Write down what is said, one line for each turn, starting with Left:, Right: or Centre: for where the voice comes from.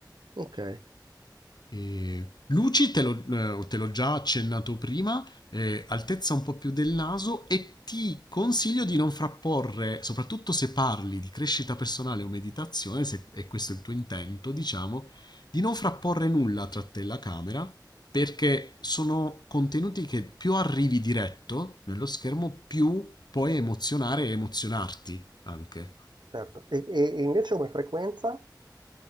Right: Ok.
Left: E Luci te l'ho, eh, te l'ho già accennato prima, eh, altezza un po' più del naso e ti consiglio di non frapporre, soprattutto se parli di crescita personale o meditazione, se è questo il tuo intento, diciamo, di non frapporre nulla tra te e la camera, perché sono contenuti che più arrivi diretto nello schermo, più puoi emozionare e emozionarti anche.
Right: Certo, e, e- e invece come frequenza